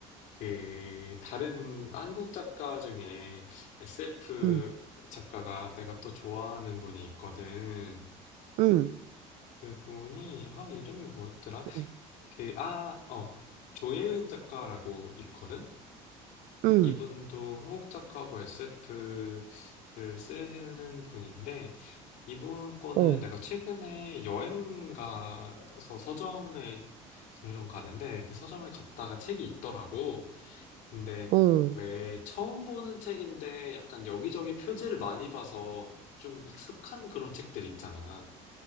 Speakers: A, on the left (about 65°); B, on the right (about 65°).
A: 그 다른 한국 작가 중에 SF
B: 응,
A: 작가가 내가 또 좋아하는 분이 있거든.
B: 응,
A: 그분이 아 이름이 뭐였더라?
B: 응, 응,
A: 그 아, 어. 조예은 작가라고 있거든.
B: 응,
A: 이분도 한국 작가고 SF를 쓰는 분인데 이분 거는
B: 어,
A: 내가 최근에 여행 가서 서점에 종종 가는데 그 서점에 갔다가 책이 있더라고. 근데
B: 어,
A: 왜 처음 보는 책인데 약간 여기저기 표지를 많이 봐서 좀 익숙한 그런 책들 있잖아.